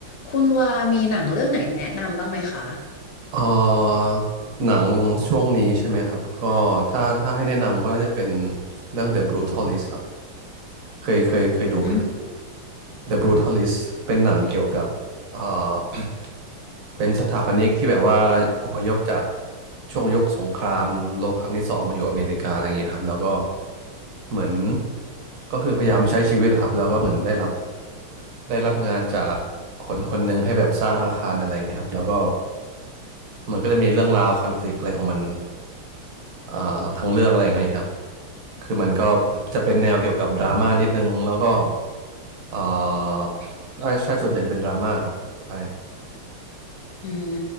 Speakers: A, on the left; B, on the right.
A: คุณว่ามีหนังเรื่องไหนแนะนำบ้างไหมคะ
B: เอ่อหนังช่วงนี้ใช่ไหมครับก็ถ้าถ้าให้แนะนำก็น่าจะเป็นเรื่อง The Brutalist ครับเคยเคยเคยดูไหมครับ
A: อืม
B: The Brutalist เป็นหนังเกี่ยวกับเอ่อ <coughs> <clears throat> เป็นสถาปนิกที่แบบว่าอพยพจากช่วงยุคสงครามโลกครั้งที่สองมาอยู่อเมริกาอะไรอย่างเงี้ยครับแล้วก็เหมือนก็คือพยายามใช้ชีวิตครับแล้วก็เหมือนได้รับได้รับงานจากคนคนหนึ่งให้แบบสร้างอาคารอะไรอย่างเงี้ยครับแล้วก็ มันก็จะมีเรื่องราวคอนฟ lict อะไรของมันอ่าทั้งเรื่องอะไรอย่างเงี้ยครับ คือมันก็จะเป็นแนวเกี่ยวกับดราม่านิดนึงแล้วก็เอ่อใช่ใช่ส่วนใหญ่จะเป็นดราม่าครับใช่
A: อืม